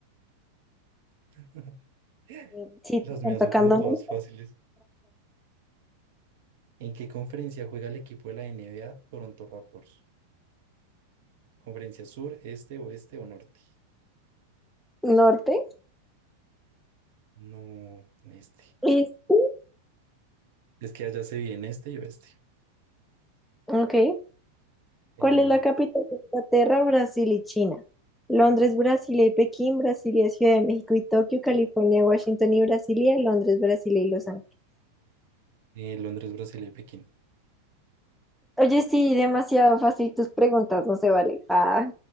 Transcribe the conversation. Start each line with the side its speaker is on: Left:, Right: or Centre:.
Right: <laughs>
Centre: Eh, Sí,
Right: Las
Centre: te están
Right: mías
Centre: tocando.
Right: son como todas
Centre: mucho.
Right: fáciles. ¿En qué conferencia juega el equipo de la NBA Toronto Raptors? ¿Conferencia sur, este, oeste o norte?
Centre: Norte.
Right: No, este.
Centre: Este,
Right: Es que allá se viene este y oeste.
Centre: Ok.
Right: Eh,
Centre: ¿Cuál es la capital de Inglaterra, Brasil y China? Londres, Brasilia y Pekín, Brasilia, Ciudad de México y Tokio, California, Washington y Brasilia, Londres, Brasilia y Los Ángeles.
Right: eh, Londres, Brasil y Pekín.
Centre: Oye, sí, demasiado fácil tus preguntas, no se vale. Ah,